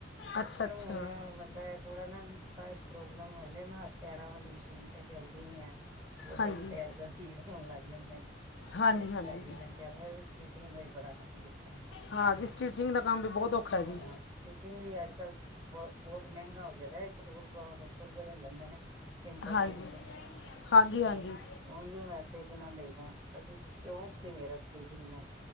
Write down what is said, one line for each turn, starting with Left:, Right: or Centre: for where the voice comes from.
Left: ਅੱਛਾ
Right: ਪਰ
Left: ਅੱਛਾ
Right: ਹੁਣ ਮਤਲਬ ਥੋੜਾ ਨਾ ਪੈਰ ਚ ਪ੍ਰੋਬਲਮ ਹੋ ਜਾਂਦੀ ਐ ਮੈਂ ਹ ਪੈਰਾਂ ਵਾਲੀ ਮਸ਼ੀਨ ਤਾਂ ਚੱਲਦੀ ਨੀ ਐ ਗੋਡੇ
Left: ਹਾਂਜੀ
Right: ਗੁੱਡੇ ਅੱਜ ਕੱਲ੍ਹ ਪੀੜ ਹੋਣ ਲੱਗ ਜਾਂਦੇ ਨੇ
Left: ਹਾਂਜੀ
Right: ਇਸ
Left: ਹਾਂਜੀ
Right: ਕਰਕੇ ਫਿਰ <unintelligible> <unintelligible> ਦਾ ਵੀ ਬੜਾ ਕੰਮ ਏ <unintelligible>
Left: ਹਾਂ ਜੀ ਸਟਿਚਿੰਗ ਦਾ ਕੰਮ ਵੀ ਬਹੁਤ ਔਖਾ ਹੈ ਜੀ
Right: ਹਾਂ ਸਟੀਿਚਿੰਗ ਵੀ ਅੱਜ ਕੱਲ ਬੋ ਬੋਤ ਮਹਿੰਗਾ ਹੋ ਗਿਆ ਇੱਕ ਸੂਟ ਸੌ ਦੋ ਸੌ ਰੁਪਏ ਲੈ ਲੈਂਦੇ ਨੇ। ਸਿੰਪਲ
Left: ਹਾਂਜੀ
Right: ਸੂਟ ਦੇ
Left: ਹਾਂਜੀ
Right: ਫੇਰ
Left: ਹਾਂਜੀ
Right: ਉਂਜ ਵੈਸੇ ਕਿੰਨਾ ਲਈਦਾ ਮਤਲਬ ਕਿ ਸ਼ੌਕ ਸੀ ਮੇਰਾ ਸਟੀਚਿੰਗ ਦਾ